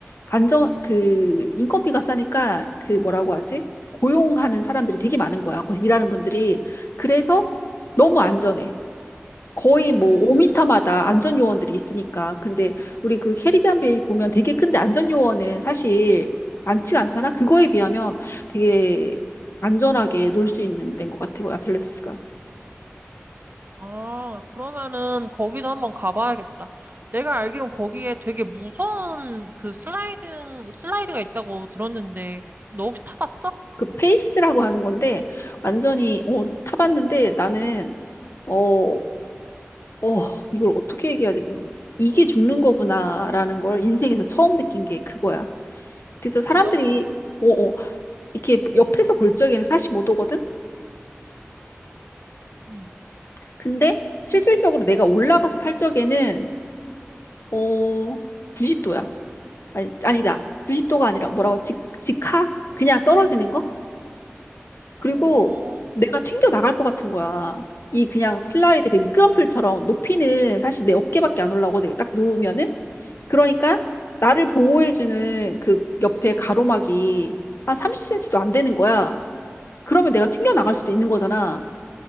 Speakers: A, on the left (about 65°); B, on the right (about 45°).
A: 안정 그 인건비가 싸니까 그 뭐라고 하지? 고용하는 사람들이 되게 많은 거야. 거기서 일하는 분들이. 그래서 너무 안전해. 거의 뭐
B: 음.
A: 5m마다 안전 요원들이 있으니까. 근데 우리 그 캐리비안 베이 보면 되게 큰데 안전 요원은 사실 많지가 않잖아. 그거에 비하면 되게 안전하게 놀 수 있는 데인 것 같아요. 아틀레티스가.
B: 아, 그러면은 거기도 한번 가봐야겠다. 내가 알기론 거기에 되게 무서운 그 슬라이딩, 슬라이드가 있다고 들었는데, 너 혹시 타봤어?
A: 그 페이스라고 하는 건데 완전히 어, 타봤는데 나는 어, 어, 이걸 어떻게 얘기해야 돼? 이, 이게 죽는 거구나라는 걸 인생에서 처음 느낀 게 그거야. 그래서 사람들이
B: 그 정도라고.
A: 어, 어, 이렇게 옆에서 볼 적에는 45도거든?
B: 응.
A: 근데 실질적으로 내가 올라가서 탈 적에는 어 90도야. 아니 아니다. 90도가 아니라 뭐라고 직 직하? 그냥 떨어지는 거? 그리고
B: 어,
A: 내가 튕겨 나갈 것 같은 거야. 이 그냥 슬라이드 그 미끄럼틀처럼 높이는 사실 내 어깨밖에 안 올라오고 내가 딱 누우면은 그러니까 나를 보호해주는 그 옆에 가로막이 한 30cm도 안 되는 거야. 그러면 내가 튕겨 나갈 수도 있는 거잖아.